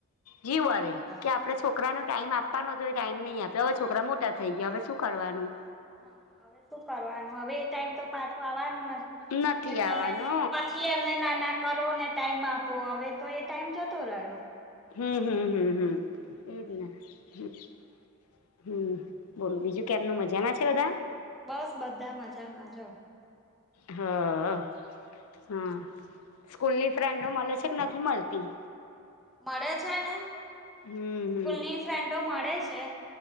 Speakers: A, on the left; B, in the centre.
A: જીવ
B: બરાબર
A: બરે કે આપણે છોકરાને
B: જીવ
A: ટાઈમ
B: બરે.
A: આપવાનો હતો એ ટાઈમ નહી આપ્યો હવે છોકરા મોટા થઈ ગયા હવે શું કરવાનું?
B: હા શું કરવાનું હવે એ ટાઈમ તો પાછો આવવાનો નથી
A: નથી
B: કે તમે
A: આવવાનો
B: પા કે એમને નાના કરો ને ટાઈમ આપો હવે તો એ ટાઈમ જતો રહ્યો.
A: હમ્મ હમ્મ હમ્મ હમ્મ એજ હમ્મ બોલો બીજું કેમનુ મજામાં છે બધા
B: બસ બધા મજા જો
A: હ હા હમ્મ સ્કૂલની ફ્રેન્ડો મલે છે કે નથી મલતી
B: મળે છે ને.
A: હમ્મ.
B: સ્કૂલ ની ફ્રેન્ડો મળે છે.